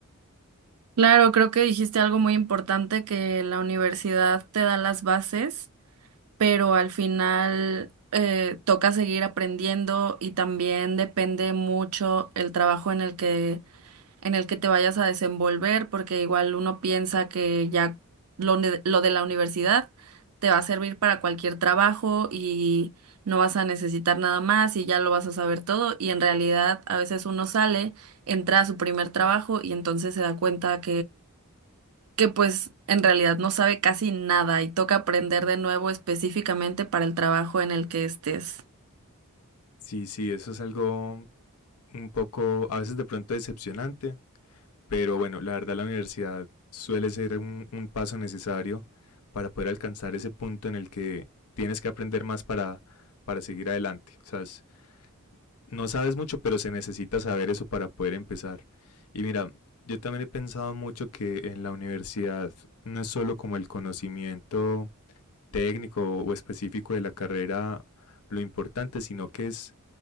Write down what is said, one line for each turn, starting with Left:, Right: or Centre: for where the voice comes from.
Right: Claro, creo que dijiste algo muy importante, que la universidad te da las bases pero al final eh, toca seguir aprendiendo y también depende mucho el trabajo en el que, en el que te vayas a desenvolver, porque igual uno piensa que ya lo, ne- lo de la universidad te va a servir para cualquier trabajo y no vas a necesitar nada más y ya lo vas a saber todo y en realidad a veces uno sale, entra a su primer trabajo y entonces se da cuenta que pues en realidad no sabe casi nada y toca aprender de nuevo específicamente para el trabajo en el que estés.
Left: Sí, sí, eso es algo un poco, a veces de pronto decepcionante, pero bueno, la verdad la universidad suele ser un, un paso necesario para poder alcanzar ese punto en el que tienes que aprender más para, para seguir adelante. O sea, es- no sabes mucho, pero se necesita saber eso para poder empezar. Y mira, yo también he pensado mucho que en la universidad no es solo como el conocimiento técnico o específico de la carrera lo importante, sino que es